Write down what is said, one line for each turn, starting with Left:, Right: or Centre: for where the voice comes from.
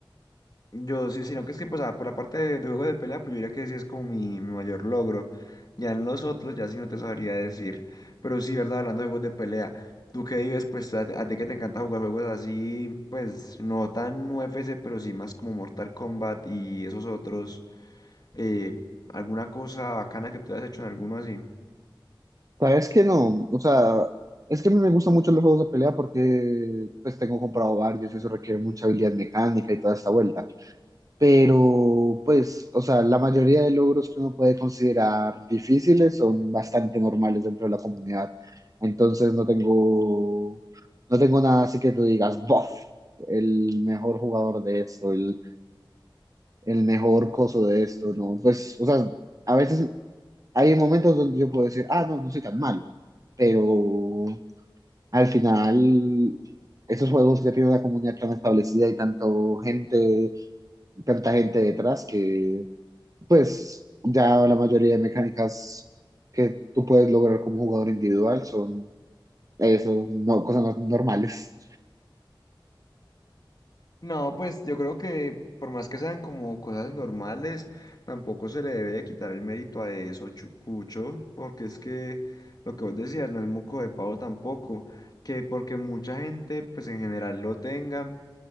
Left: yo sí, sino que es que pues ah, por la parte de, de juego de pelea, pues yo diría que sí es como mi, mi mayor logro. Ya en los otros, ya sí no te sabría decir. Pero sí, verdad, hablando de juegos de pelea. Tú que vives, pues a, a ti que te encanta jugar juegos así, pues no tan UFC, pero sí más como Mortal Kombat y esos otros. eh, ¿alguna cosa bacana que tú hayas hecho en alguno así?
Right: Sabes que no, o sea, es que a mí me gustan mucho los juegos de pelea porque pues tengo comprado varios y eso requiere mucha habilidad mecánica y toda esta vuelta. pero pues, o sea, la mayoría de logros que uno puede considerar difíciles son bastante normales dentro de la comunidad. Entonces no tengo, no tengo nada así que tú digas, bof, el mejor jugador de esto, el, el mejor coso de esto, ¿no? Pues, o sea, a veces hay momentos donde yo puedo decir, ah, no, no soy tan malo, pero al final... Esos juegos ya tienen una comunidad tan establecida y tanto gente, tanta gente detrás que pues ya la mayoría de mecánicas que tú puedes lograr como jugador individual son eso, no, cosas no- normales.
Left: No, pues yo creo que por más que sean como cosas normales, tampoco se le debe de quitar el mérito a eso, chu- Cucho, porque es que lo que vos decías no es moco de pavo tampoco, que porque mucha gente pues en general lo tenga,